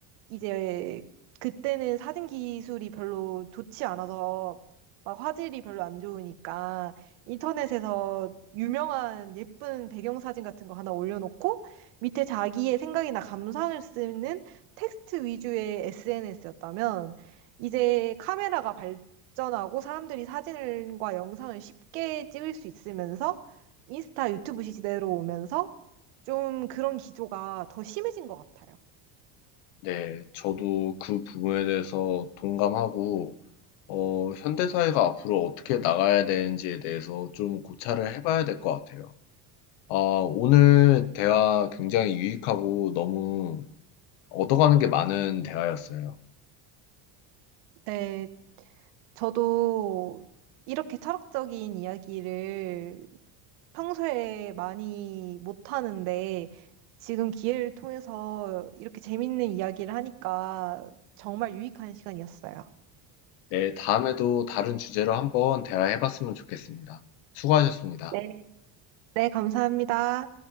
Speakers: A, on the right; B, on the left.
A: 이제 그때는 사진 기술이 별로 좋지 않아서 막 화질이 별로 안 좋으니까 인터넷에서 유명한 예쁜 배경 사진 같은 거 하나 올려놓고 밑에 자기의 생각이나 감상을 쓰는 텍스트 위주의 SNS였다면 이제 카메라가 발전하고 사람들이 사진과 영상을 쉽게 찍을 수 있으면서 인스타, 유튜브 시대로 오면서 좀 그런 기조가 더 심해진 것 같아요.
B: 네, 저도 그 부분에 대해서 동감하고 어, 현대사회가 앞으로 어떻게 나가야 되는지에 대해서 좀 고찰을 해봐야 될 것 같아요. 아, 오늘 대화 굉장히 유익하고 너무 얻어가는 게 많은 대화였어요.
A: 네. 저도 이렇게 철학적인 이야기를 평소에 많이 못하는데 지금 기회를 통해서 이렇게 재밌는 이야기를 하니까 정말 유익한 시간이었어요.
B: 네, 다음에도 다른 주제로 한번 대화해봤으면 좋겠습니다. 수고하셨습니다.
A: 네. 네, 감사합니다.